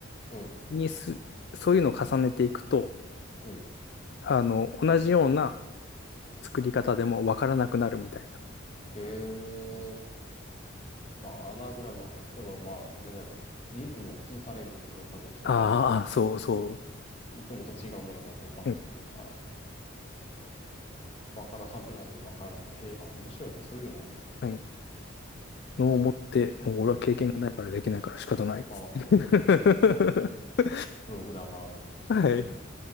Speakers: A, on the left; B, on the left.
A: うん、
B: にす、そういうのを重ねていくと、
A: うん。
B: あの、同じような作り方でもわからなくなるみたいな。
A: へえ、まあ、アナグラムは、要はまあ、なんだろう。リズムを崩されるんやろね。多分、その、
B: ああそうそ
A: いつもと違うものがこう、バーンとくるから、
B: う。うん。
A: わかるはずなのにわからなくて、へえ、あ、面白いね。そういうのもあるんや。
B: はい。のを持って、
A: え、
B: もう俺は経験がないからできないから仕方ないっつって。
A: うん。ああ、
B: <laughs>
A: ププログラマーの。
B: はい。